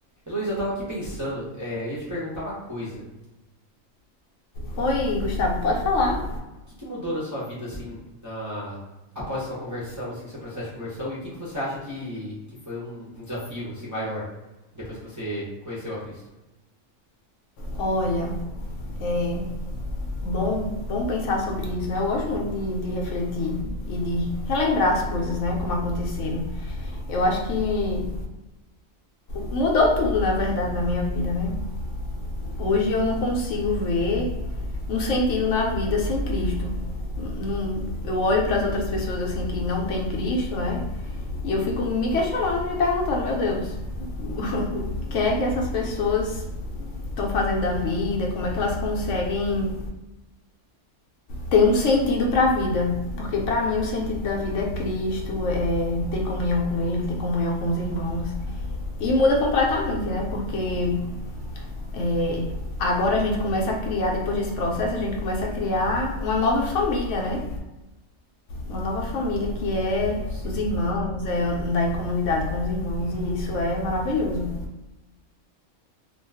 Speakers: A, on the right; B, on the left.
A: Heloísa, eu tava aqui pensando, é, eu ia te perguntar uma coisa. O
B: Oi, Gustavo, pode falar.
A: que que mudou na sua vida, assim, na... após sua conversão, assim, seu processo de conversão, e o que que você acha que, que foi um, um desafio, assim, maior, depois que você conheceu a Cristo?
B: Olha, é bom, bom pensar sobre isso, né? Eu gosto muito de, de refletir e de relembrar as coisas, né? Como aconteceram. Eu acho que mudou tudo, na verdade, na minha vida, né? Hoje eu não consigo ver um sentido na vida sem Cristo. Não- eu olho para as outras pessoas assim que não têm Cristo, né? E eu fico me questionando, me perguntando, meu Deus, <laughs> o que é que essas pessoas estão fazendo da vida, como é que elas conseguem ter um sentido para a vida. Porque para mim o sentido da vida é Cristo, é ter comunhão com Ele, ter comunhão com os irmãos. E muda completamente, né? Porque é, agora a gente começa a criar, depois desse processo, a gente começa a criar uma nova família, né? Uma nova família que é
A: Sim.
B: os irmãos, é andar em comunidade com os irmãos. E isso é maravilhoso.